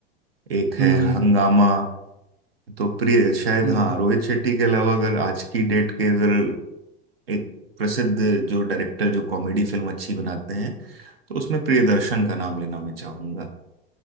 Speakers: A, on the right (about 75°); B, on the right (about 25°).
A: एक है
B: हम्म हम्म,
A: हंगामा तो प्रिय शायद
B: उन-
A: हाँ रोहित शेट्टी के अलावा अगर आज की डेट के अगर एक प्रसिद्ध जो डायरेक्टर जो कॉमेडी फिल्म अच्छी बनाते हैं तो उसमें प्रियदर्शन का नाम लेना मैं चाहूंगा